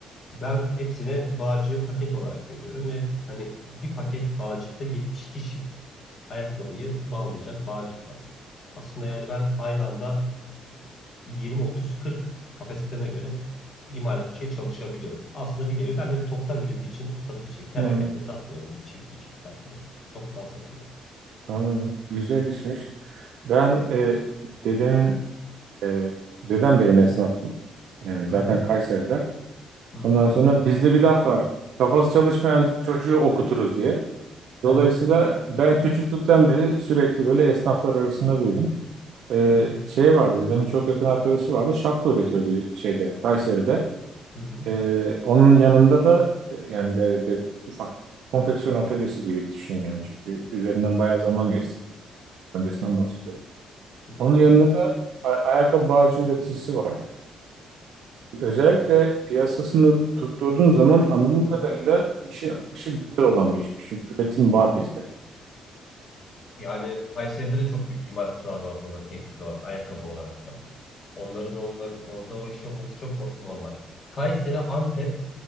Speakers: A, on the left (about 45°); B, on the right (about 75°).
A: Ben hepsine bağcığı paket olarak veriyorum ve hani bir paket bağcıkta 72 çift ayakkabıyı bağlayacak bağcık var. Aslında yani ben aynı anda 20-30-40 kapasiteme göre imalatçıya çalışabiliyorum. Aslında bir nevi ben de bir toptan üreticiyim, satışçıyım. Perakende
B: Hmm.
A: satmıyorum. Bir çift bir çift satmıyorum. Toptan satıyorum.
B: Anladım. Güzel işmiş. Ben e, dedemin e, dedem benim esnaf yani
A: Hı
B: zaten
A: hı.
B: Kayseriler.
A: Hı hı.
B: Ondan sonra bizde bir laf var. Kafası çalışmayan çocuğu okuturuz diye. Dolayısıyla
A: <laughs>
B: ben küçüklükten beri sürekli böyle esnaflar arasında büyüdüm. Ee,
A: Hı hı.
B: şey vardı, dedemin çok yakın arkadaşı vardı. Şapka üretiyordu şeyde, Kayseri'de.
A: Hı hı.
B: Ee, onun yanında da e, yani böyle bir ufak konfeksiyon atölyesi gibi düşün yani. Çünkü üzerinden bayağı zaman geçti. Öncesinden bahsediyorum.
A: Hı hı.
B: Onun yanında da a- ayakkabı bağcı üreticisi vardı. Özellikle piyasasını tutturduğun zaman anladığım kadarıyla işin akışı güzel olan bir işmiş. Çünkü üretim var bizde.
A: Yani Kayseri'de de çok büyük imalatçılar var burada tekstil olarak, ayakkabı olarak da. Onların onların orada o iş olması çok normal. Kayseri, Antep,